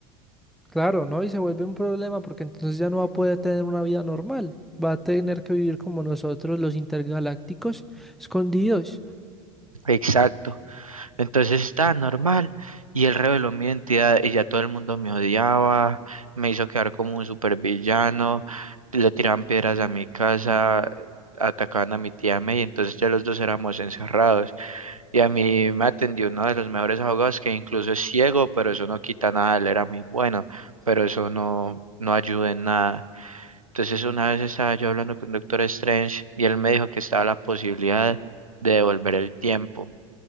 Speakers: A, in the centre; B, on the right.
A: Claro, ¿no? Y se vuelve un problema porque entonces ya no va a poder tener una vida normal. Va a tener que vivir como nosotros, los intergalácticos, escondidos.
B: Exacto. Entonces estaba normal y él reveló mi identidad y ya todo el mundo me odiaba, me hizo quedar como un supervillano, le tiraban piedras a mi casa, atacaban a mi tía May, entonces ya los dos éramos encerrados. Y a mí me atendió uno de los mejores abogados que incluso es ciego, pero eso no quita nada, él era muy bueno, pero eso no, no ayuda en nada. Entonces una vez estaba yo hablando con Doctor Strange y él me dijo que estaba la posibilidad de devolver el tiempo.